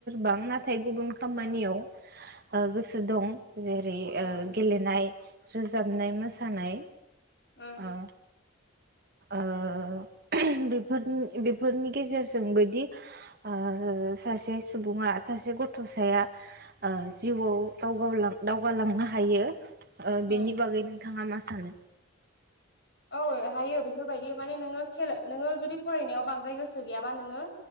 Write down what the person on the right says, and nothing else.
बां नाथाय गुबुन
खामानियाव ओ गोसो दं जेरै
ओ गेलेनाय रोजाबनाय मोसानाय
ओ ओ बेफोरनि बेफोरनि गेजेरजोंबोदि ओ सासे सुबुङा सासे गथ'साया ओ जिउआव दावगालांनो हायो। ओ बेनि
बागै नोंथाङा मा सानो?